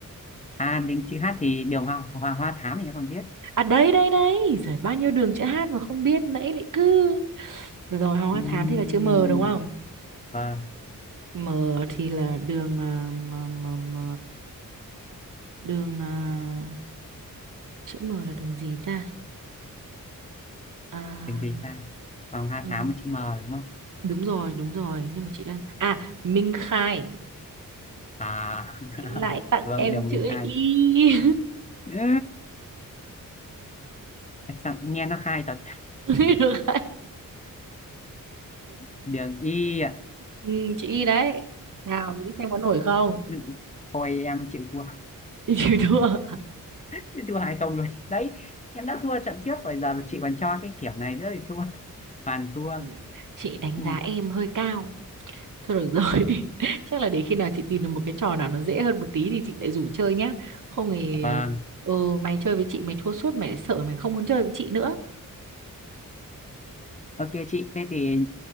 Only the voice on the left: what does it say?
À đến chữ hát thì Đường Hoàng Hoàng Hoa Thám thì em còn biết.
Ừm,
Vâng,
mình gì ta? Hoàng Hoa
Thám với chữ M đúng không?
À, <laughs>
đường
đường
mình khai.
Ừ, sao nghe nó khai thật.
Đường Y ạ.
Ừ, Thôi em chịu thua.
<laughs> Thua hay không luôn. Đấy, em đã thua trận trước rồi giờ chị còn cho cái kiểu này nữa thì thua. Hoàn thua.
Ừ,
vâng,
ok chị. Thế thì